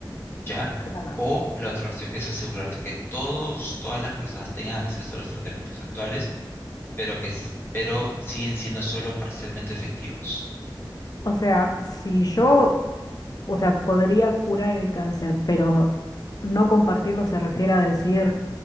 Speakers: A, on the left; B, on the left.
A: ¿ya?
B: claro.
A: O la otra opción que es asegurarte que todos, todas las personas tengan acceso a los tratamientos actuales, pero que, s- pero siguen siendo solo parcialmente efectivos.
B: O sea, si yo, o sea, podría curar el cáncer, pero no compartirlo se refiere a decir